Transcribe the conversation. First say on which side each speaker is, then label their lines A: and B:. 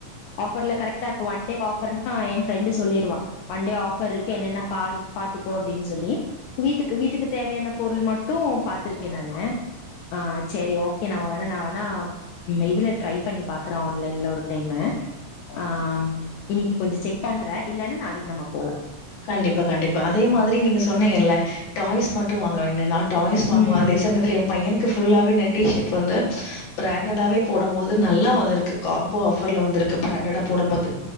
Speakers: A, on the left; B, on the left.
A: ஆபர்ல கரெகா அ ஒன்ட ஆபர்னா என் ரெண்டு சொல்லிடுவா ஒன்டே ஆபர் இருக்கு என்னென்ன பாரு அப்படின்னு சொல்லி வீட்டுக்கு வீட்டுக்கு தேவையான பொருள் மட்டும் ட்டும் பாத்துருக்கேன் நானு ஆஹ் செரி ஓகே நம்ம வேணா நான் வேணா இதுல ட்ரை பண்ணி பாக்குறே ஆன்லைன்ல ஒரு டைம் ஆஹ் இன்னைக்கு கொஞ்சம் செக் பண்றே இல்லன்னா நாளைக்கு நம்ம போலாம்
B: கண்டிப்பா கண்டிப்பா அதே மாதிரி நீங்க சொன்னீங்கல்ல டா டாய்ஸ் மட்டும் வாங்காதிங்க நா டாய்ஸ் வாங்குவோம்
A: ம்
B: அதே சமயத்தில் என் பையனுக்கு ஃபுல்லாவே டி ஷர்ட் வந்து பிராண்டடாவே போடும் போது நல்லா வந்திருக்கு காம்போ ஆஃபர்ல வந்துருக்கு பிராண்டடா போடும் போது